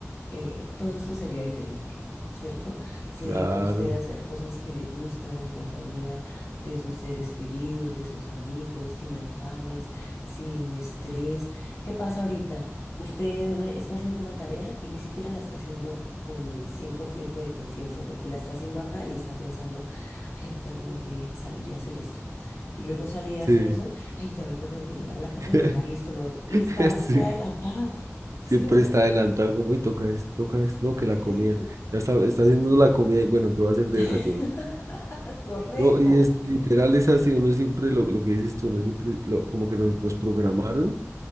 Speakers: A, on the left (about 65°); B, on the right (about 85°).
A: eh, todo esto sería diferente, ¿cierto? Se
B: claro,
A: dedica usted a hacer cosas que le gustan en compañía de sus seres queridos, de sus amigos, sin afanes, sin estrés. ¿Qué pasa ahorita? Usted está haciendo una tarea y ni siquiera la está haciendo con el 100% de conciencia, porque la está haciendo acá y está pensando, ay, ahorita tengo que salir y hacer esto. Y luego sale y hace
B: sí.
A: eso, ay, ya ahorita tengo que llegar a la casa
B: <laughs>
A: y dejar listo lo otro. Y está
B: Sí,
A: usted adelantado, <laughs> ¿sí
B: siempre
A: o no?
B: está adelantado, como, y toca esto, toca esto, no,
A: Correcto.
B: que la comida. Ya está, está haciendo la comida y bueno, ¿qué va a hacer de
A: <laughs>
B: desayuno?
A: Correcto.
B: No, y es literal, es así, uno siempre, lo, lo que dices tú, uno siempre, lo- como que nos, nos programaron